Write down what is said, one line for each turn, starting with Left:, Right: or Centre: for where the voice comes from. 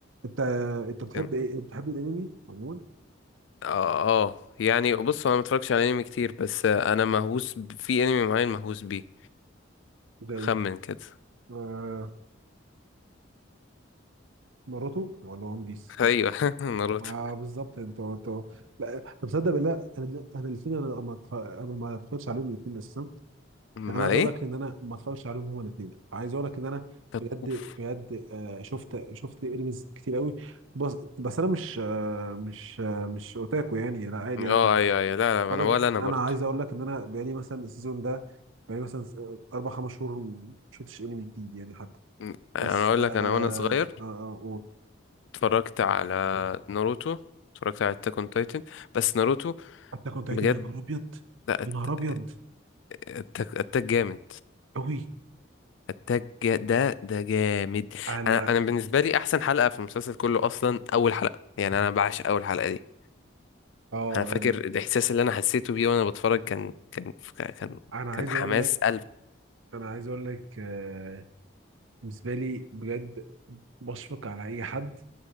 Right: انت انت بتحب
Left: 3
Right: ايه بتحب الانمي عموما
Left: اه آه. يعني بص هو انا متفرجش على انمي كتير بس آه، انا مهووس ب... في انمي معين مهووس بيه
Right: زي
Left: خمن
Right: ايه
Left: كده
Right: آه، ناروتو ولا ون بيس
Left: ايوه <laughs> ناروتو
Right: آه بالظبط انت انت لا طب تصدق بالله انا انا الاثنين انا ما اتف- انا ما اتفرجتش عليهم الاثنين اساسا
Left: ما
Right: يعني انا عايز
Left: ايه
Right: اقول لك ان انا ما اتفرجتش عليهم هما الاثنين عايز اقول لك ان انا
Left: طب
Right: بجد
Left: اوف
Right: بجد آه شفت شفت انميز كتير قوي بس بس انا مش آه مش آه مش اوتاكو يعني لا عادي
Left: اه
Right: انا
Left: ايوه ايوه لا
Right: بتفرج
Left: لا انا ولا انا
Right: يعني
Left: برضو
Right: انا عايز اقول لك ان انا بقالي مثلا السيزون ده بقالي مثلا اربع خمس شهور ما شفتش انمي جديد يعني حتى
Left: م- انا
Right: بس
Left: اقول
Right: آه
Left: لك انا وانا صغير
Right: آه آه
Left: اتفرجت على ناروتو اتفرجت على اتاك اون تايتن بس ناروتو
Right: حتى كنت تايتن
Left: بجد
Right: يا نهار ابيض
Left: لا
Right: يا
Left: أت-
Right: نهار ابيض
Left: اتاك اتاك جامد
Right: قوي
Left: اتاك جا- ده ده جامد
Right: انا
Left: انا انا بالنسبه لي احسن حلقه في المسلسل كله اصلا اول حلقه يعني انا بعشق اول حلقه دي
Right: اه
Left: انا فاكر الاحساس اللي انا حسيته بيه وانا بتفرج كان كان كان
Right: انا عايز
Left: كان حماس
Right: اقول لك
Left: قلب
Right: انا عايز اقول لك آه بالنسبه لي بجد بشفق على اي حد